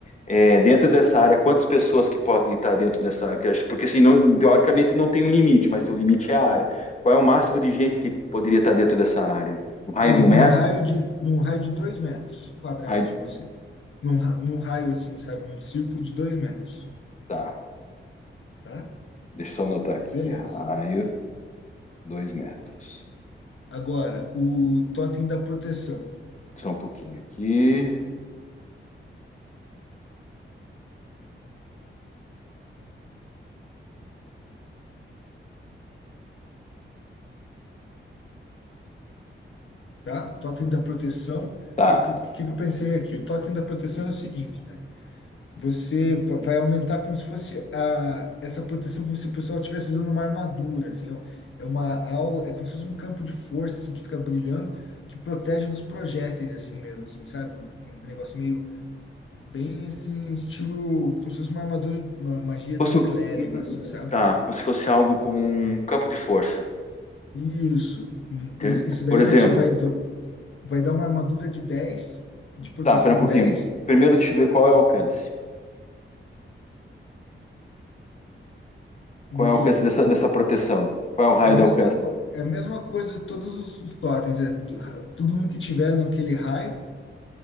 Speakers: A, on the left; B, on the left.
A: É, dentro dessa área, quantas pessoas que podem estar dentro dessa área? Porque assim, não- teoricamente não tem um limite, mas o limite é a área. Qual é o máximo de gente que poderia estar dentro dessa área? Um raio
B: Olha,
A: de um
B: num
A: metro?
B: raio de, num raio de 2 metros quadrados
A: Um Raio-
B: de você. Num, ra- num raio assim, sabe? Um círculo de 2 metros,
A: Tá,
B: tá?
A: deixa eu só anotar aqui.
B: Beleza.
A: Raio, dois metros.
B: Agora, o totem da proteção,
A: Só um pouquinho aqui.
B: tá? Totem da proteção, o
A: Tá.
B: que, que, que eu pensei aqui? O totem da proteção é o seguinte, cara. Você va- vai aumentar como se fosse a, essa proteção, como se o pessoal estivesse usando uma armadura, assim, ó. é uma aula, é como se fosse um campo de força, assim, que fica brilhando, que protege dos projéteis, assim mesmo, assim, sabe? Um um negócio meio, bem, assim, estilo, como se fosse uma armadura, uma magia de
A: Fosse
B: um
A: um-
B: clérigo,
A: um- um-
B: assim, sabe?
A: Tá, como se fosse algo como um campo de força.
B: Isso, Hum,
A: Tem-
B: e isso daí
A: Por exemplo,
B: vai te, vai, do- vai dar uma armadura de dez de proteção
A: tá, pera um pouquinho.
B: dez
A: Primeiro, deixa eu ver qual é o alcance.
B: do
A: Qual é o
B: quê?
A: alcance dessa, dessa proteção? Qual é o raio
B: É a mesma,
A: de alcance?
B: co- é a mesma coisa de todos os, os totens, é do, todo mundo que tiver naquele raio,